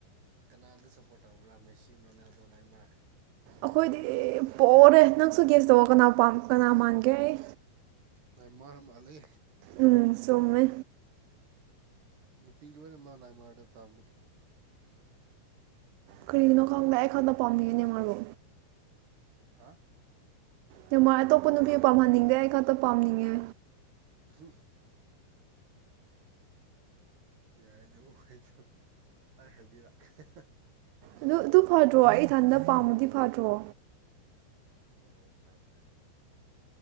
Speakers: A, on the right; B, on the right.
A: ꯀꯅꯥꯗ ꯁꯞꯄꯣꯔꯠ ꯇꯧꯕ꯭ꯔꯥ ꯃꯦꯁꯤ ꯅꯣꯔꯅꯥꯜꯗꯣ ꯅꯥꯏꯃꯥꯔ
B: ꯑꯩꯈꯣꯏꯗꯤ ꯄꯣꯔꯦ ꯅꯪꯁꯨ ꯒꯦꯁ ꯇꯧꯋꯣ ꯀꯅꯥ ꯄꯥꯝ ꯀꯅꯥ ꯃꯥꯟꯒꯦ ꯑꯩ
A: ꯅꯦꯃꯥꯔ ꯃꯥꯜꯂꯤ
B: ꯎꯝ ꯆꯨꯝꯃꯤ
A: ꯅꯨꯄꯤ ꯂꯣꯏꯅꯃꯛ ꯅꯥꯏꯃꯥꯔꯗ ꯄꯥꯝꯕꯅꯦ
B: ꯀꯔꯤꯒꯤꯅꯣ ꯈꯪꯗꯦ ꯑꯩ ꯈꯛꯗ ꯄꯥꯝꯅꯤꯡꯉꯦ ꯅꯦꯃꯥꯔꯕꯨ
A: ꯍꯥ
B: ꯅꯦꯃꯥꯔ ꯑꯇꯣꯞꯄ ꯅꯨꯄꯤ ꯄꯥꯝꯍꯟꯅꯤꯡꯗꯦ ꯑꯩ ꯈꯛꯇ ꯄꯥꯝꯅꯤꯡꯉꯦ
A: <unintelligible> ꯌꯥꯏ ꯑꯗꯨ ꯑꯣꯏꯁꯨ ꯑꯩ ꯍꯥꯏꯕꯤꯔꯛ <unintelligible>
B: ꯑꯗꯨ ꯑꯗꯨ ꯐꯥꯗ꯭ꯔꯣ ꯑꯩ ꯏꯊꯟꯗ ꯄꯥꯝꯃꯗꯤ ꯐꯗ꯭ꯔꯣ
A: ꯍꯣꯏ ꯍꯣꯏ ꯐꯔꯦ ꯐꯔꯦ